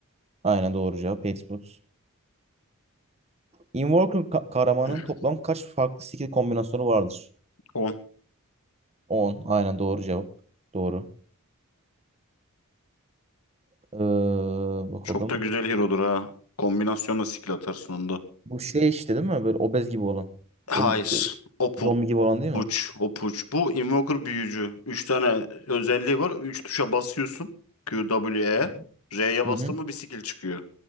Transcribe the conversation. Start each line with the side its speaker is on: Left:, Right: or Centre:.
Right: Aynen doğru cevap. Pace Boots. Invoker ka- kahramanın
Left: <clears throat>
Right: toplam kaç farklı skill kombinasyonu vardır?
Left: On.
Right: on Aynen doğru cevap. Doğru. Ee, bakalım.
Left: Çok da güzel hero'dur ha. Kombinasyonla skill atarsın onda.
Right: Bu şey işte değil mi? Böyle obez gibi olan.
Left: Hayır.
Right: Ölüm, ö-
Left: Opal.
Right: zombi gibi olan değil mi?
Left: Puç. Opuç. Bu Invoker büyücü. 3 tane özelliği var. 3 tuşa basıyorsun. Q, W, E.
Right: Hı hı.
Left: R'ye bastın
Right: Hı hı.
Left: mı bir skill çıkıyor.